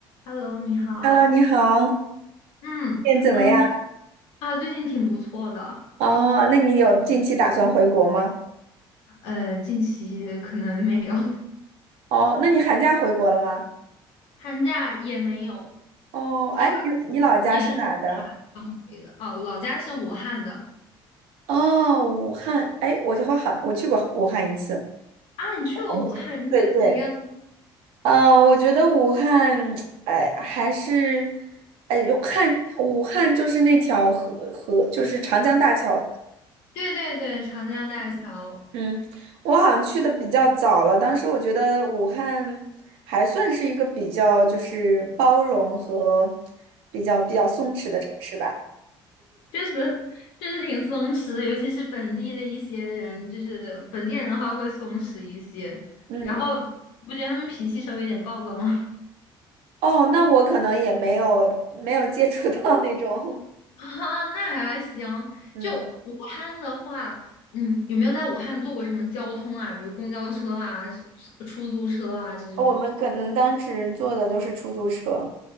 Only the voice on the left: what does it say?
Hello，你好。
嗯嗯，
啊，最近挺不错的。
呃，近期可能没有，<laughs>
寒假也没有，
因为
今年是刚回的。哦，老家是武汉的。
啊，你去过武汉，
你觉得怎么样？
<laughs> 对对对，长江大桥
确实 <laughs> 确实挺松弛的，尤其是本地的一些人，就是本地人的话会松弛一些。
然后，不觉得他们脾气稍微有点暴躁吗？
啊，那还行。
就武汉的话，嗯，有没有在武汉坐过什么交通啊？比如公交车啊、出出租车啊这种